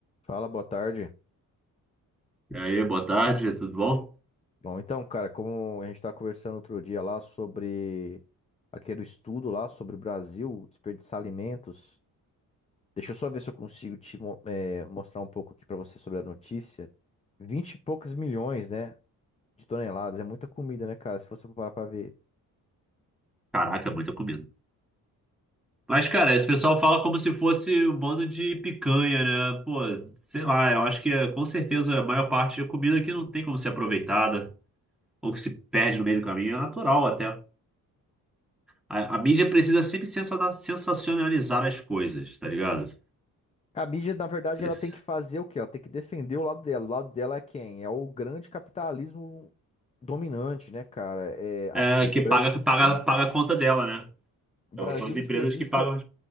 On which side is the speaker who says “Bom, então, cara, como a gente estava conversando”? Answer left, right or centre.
Left